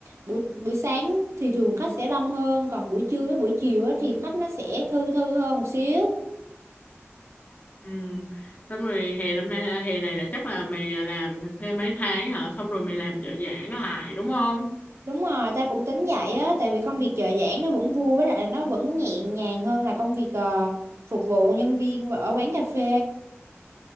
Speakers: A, on the right; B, on the left.
A: buổi buổi sáng thì thường khách sẽ đông hơn còn buổi trưa với buổi chiều á, thì khách nó sẽ thư thư hơn một xíu.
B: Ừ. Xong rồi hè năm nay là hè này là chắc là mày làm thêm mấy tháng hả? Xong rồi mày làm trợ giảng lại đúng không?
A: Đúng rồi, ta cũng tính vậy á tại vì công việc trợ giảng nó vẫn vui với lại là nó vẫn nhẹ nhàng hơn là công việc ờ, phục vụ nhân viên ở quán cà phê.